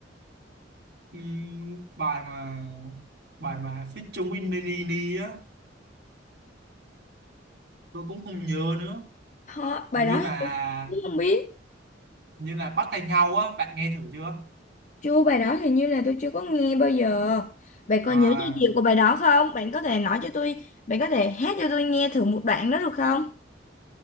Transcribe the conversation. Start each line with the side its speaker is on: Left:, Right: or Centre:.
Right: Ừm, bài mà bài mà feat chung với Nini á tôi cũng không nhớ nữa
Left: hả? Bài
Right: hình như
Left: đó
Right: là
Left: tôi cũng không biết.
Right: hình như là bắt tay nhau á bạn nghe thử chưa
Left: Chưa bài đó hình như là tôi chưa có nghe bao giờ. Bạn còn
Right: à
Left: nhớ giai điệu của bài đó không? Bạn có thể nói cho tôi, bạn có thể hát cho tôi nghe thử một đoạn đó được không?